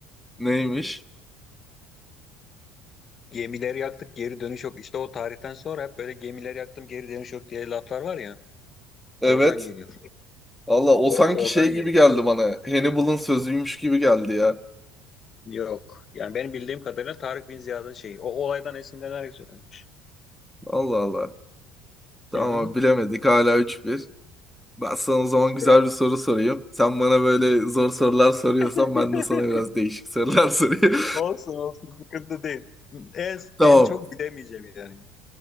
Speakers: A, in the centre; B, on the left (about 35°).
A: neymiş?
B: Gemileri yaktık geri dönüş yok. İşte o tarihten sonra hep böyle gemileri yaktım geri dönüş yok diye laflar var ya.
A: Evet.
B: Oradan geliyor.
A: Allah o
B: O
A: sanki
B: oradan
A: şey gibi
B: geliyor.
A: geldi bana. Hannibal'ın sözüymüş gibi geldi ya.
B: Yok. Yani benim bildiğim kadarıyla Tarık Bin Ziyad'ın şeyi. O olaydan esinlenerek söylenmiş.
A: Allah Allah. Tamam
B: Hı hı.
A: bilemedik hala 3-1. Ben sana o zaman
B: Sıra-
A: güzel bir soru sorayım. Sen bana böyle zor sorular soruyorsan
B: <laughs>
A: ben de sana biraz değişik sorular <laughs> sorayım.
B: Olsun olsun sıkıntı değil. En,
A: Tamam.
B: en çok bilemeyeceğim yani.